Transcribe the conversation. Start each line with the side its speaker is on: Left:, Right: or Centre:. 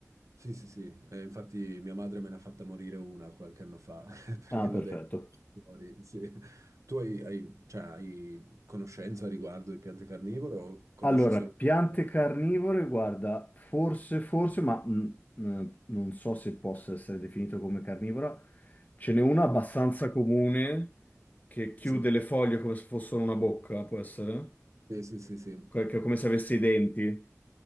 Right: Sì, sì, sì, eh, infatti mia madre me ne ha fatta morire una qualche anno fa, <laughs>
Left: Ah,
Right: perché
Left: perfetto.
Right: l'ho detto. fuori, sì. Tu hai, hai- cioè, hai conoscenza riguardo di piante carnivore o conosci
Left: Allora,
Right: solo...
Left: piante
Right: eh,
Left: carnivore, guarda, forse, forse, ma mh, mh, non so se possa essere definito come carnivora, ce n'è una abbastanza comune che chiude
Right: Sì,
Left: le foglie come se fossero una bocca, può essere?
Right: sì, sì, sì, sì.
Left: Que- che- Come se avesse i denti.